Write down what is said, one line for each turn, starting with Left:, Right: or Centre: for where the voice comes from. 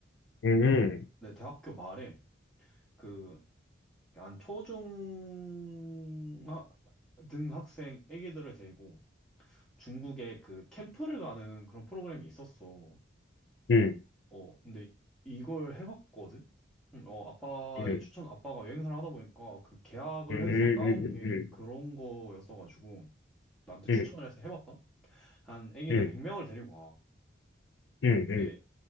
Left: 응, 응,
Centre: 네, 대학교 말에 그 한 초중 하- 등 학생 애기들을 데리고 중국에 그 캠프를 가는 그런 프로그램이 있었어.
Left: 응,
Centre: 어, 근데 이걸 해봤거든? 응, 어, 아빠의
Left: 응,
Centre: 추천, 아빠가 여행사를 하다 보니까 그 계약을
Left: 응, 응,
Centre: 해서 따온
Left: 응,
Centre: 게
Left: 응.
Centre: 그런 거였어가지고 나한테 추천을
Left: 응.
Centre: 해서 해봤다? 한 애기들
Left: 응,
Centre: 100명을 데리고 와.
Left: 응, 응.
Centre: 예,